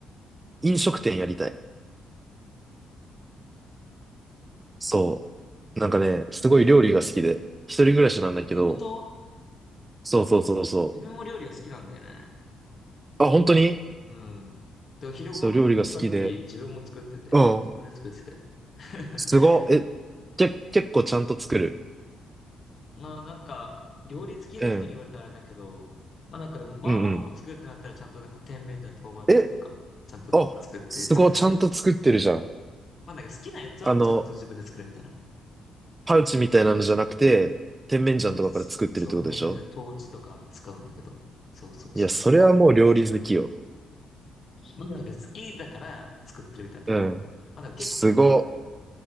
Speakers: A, on the right; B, on the left.
A: 飲食店やりたい。そう。なんかね、すごい料理が好きで、一人暮らしなんだけど、
B: そういうこと
A: そうそうそうそ
B: え、自分も料理は好きなんだよね。
A: う。あ、本当に
B: うん。で、昼ご飯とかもさっき自分も作ってて、
A: そう、料理が好きで。うん。
B: 自分で作ってて。<laughs>
A: すごい。え、け、結構ちゃんと作る。
B: まあなんか、料理好きな人に言われたらあれだけど、
A: うん。
B: まあなんかでも、麻婆豆腐作るってなったらちゃんとなんか甜麺醤豆板醤とか、
A: うんうん。え、
B: ちゃんと作って作るみたいな
A: あ、すごい、ちゃんと作ってるじゃん。
B: まあなんか好きなやつはちゃんと自分で作るみたいな。
A: あの、パウチみたいなのじゃなくて、甜麺醤とかから作ってるってことでしょ
B: あ、そそう、店名でトーチとか使うんだけど。そうそうそ
A: いや、それはもう料理好きよ。
B: う。まあなんか好きだから作ってるみたいなところあるけど。
A: うん。
B: まあでも結構風邪。
A: すご